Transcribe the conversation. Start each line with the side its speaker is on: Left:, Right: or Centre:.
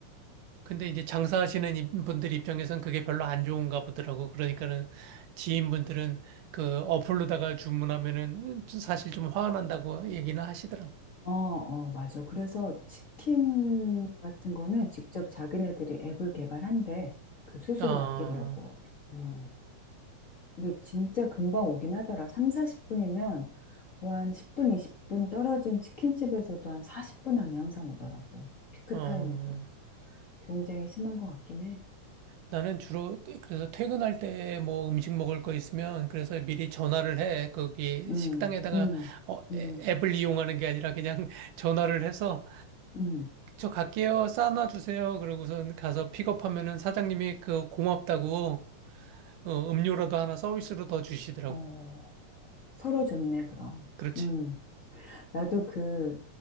Right: 근데 이제 장사하시는 이- 분들 입장에선 그게 별로 안 좋은가 보더라고. 그러니까는 지인분들은 그 어플로다가 주문하면은 좀 사실 좀 화가 난다고 얘기는 하시더라고.
Left: 어, 어, 맞아. 그래서 치킨 같은 거는 직접 자기네들이 앱을 개발한대. 그 수수료
Right: 어,
Left: 아끼려고. 어. 근데 진짜 금방 오긴 하더라. 3, 40분이면 뭐 한 10분, 20분 떨어진 치킨집에서도 한 40분 안에 항상 오더라고. 피크
Right: 어.
Left: 타임에도. 경쟁이 심한 것 같긴 해.
Right: 나는 주로 그, 그래서 퇴근할 때 뭐 음식 먹을 거 있으면 그래서 미리 전화를 해. 거기
Left: 음,
Right: 식당에다가
Left: 음,
Right: 어,
Left: 음.
Right: 애- 앱을 이용하는 게 아니라 그냥 <laughs> 전화를 해서
Left: 음,
Right: 저 갈게요. 싸놔 주세요. 그러고선 가서 픽업하면은 사장님이 그 고맙다고 어, 음료라도 하나 서비스로 더 주시더라고.
Left: 어, 서로 좋네, 그럼.
Right: 그렇지.
Left: 음, 나도 그,